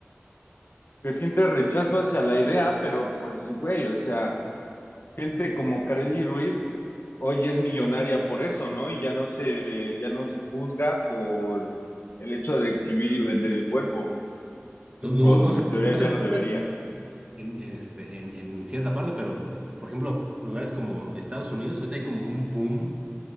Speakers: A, on the left; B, on the right.
A: que siente rechazo hacia la idea, pero pues, güey, o sea, gente como Kareli Ruiz hoy es millonaria por eso, ¿no? Y ya no se, ya no se juzga por el hecho de exhibir y vender el cuerpo.
B: No, no, no-
A: O
B: no se,
A: en teoría
B: no se
A: ya
B: juzga
A: no debería, ¿no?
B: en, este, en, en cierta parte, pero por ejemplo, lugares como Estados Unidos, ahorita hay como un boom